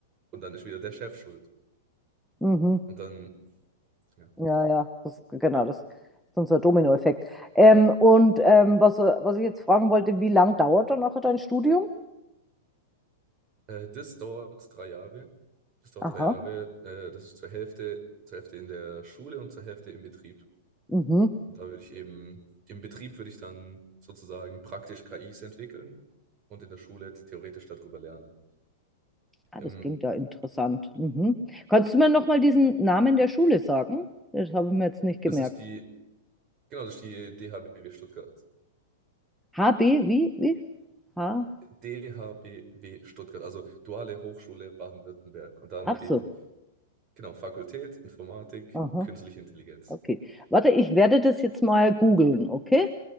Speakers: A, on the right; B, in the centre.
A: und dann ist wieder der Chef schuld.
B: Mhm.
A: Und dann, ja,
B: Ja, ja. Das, genau, das ist unser Dominoeffekt. Ähm, und ähm,
A: genau.
B: was, äh, was ich jetzt fragen wollte, wie lang dauert dann nachher dein Studium?
A: äh, das dauert drei Jahre. Das dauert
B: Aha.
A: drei Jahre. Äh, das ist zur Hälfte, zur Hälfte in der Schule und zur Hälfte im Betrieb.
B: Mhm.
A: Und da würde ich eben, im Betrieb würde ich dann sozusagen praktisch KIs entwickeln und in der Schule theoretisch darüber lernen.
B: Ah,
A: Ähm,
B: das klingt ja interessant. Mhm. Kannst du mir nochmal diesen Namen der Schule sagen? Das habe ich mir jetzt nicht gemerkt.
A: das ist die, genau, das ist die DHBW Stuttgart.
B: HB, wie? Wie? H?
A: DHBW Stuttgart, also Duale Hochschule Baden-Württemberg. Und dann
B: Ach
A: eben,
B: so.
A: genau, Fakultät, Informatik,
B: Aha.
A: Künstliche Intelligenz.
B: Okay. Warte, ich werde das jetzt mal googeln, okay?